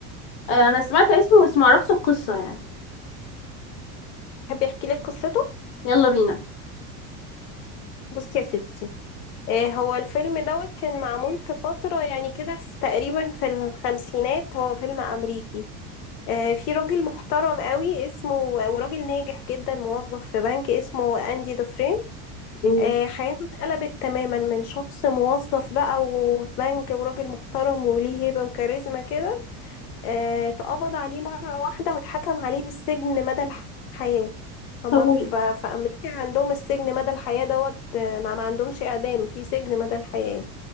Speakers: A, on the left; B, on the left.
A: آه، انا سمعت اسمه بس معرفش القصة يعني
B: بحب يحكي لك قصته
A: يلا بينا
B: بصي يا ستي آه، هو الفيلم دوت كان معمول في فترة يعني كده في تقريبا في الخمسينات هو فيلم أمريكي آه، في راجل محترم قوي اسمه وراجل ناجح جدا موظف في بنك اسمه أندي دوفرين
A: مم.
B: آه، حياته اتقلبت تماما من شخص موظف بقى وفي بنك وراجل محترم وليه هيبة وكاريزما كده آه، اتقبض عليه مرة واحدة واتحكم عليه بالسجن مدى الحياة هما
A: طب قولي
B: في في أمريكا عندهم السجن مدى الحياة دوت آه، ما ما عندهمش إعدام في سجن مدى الحياة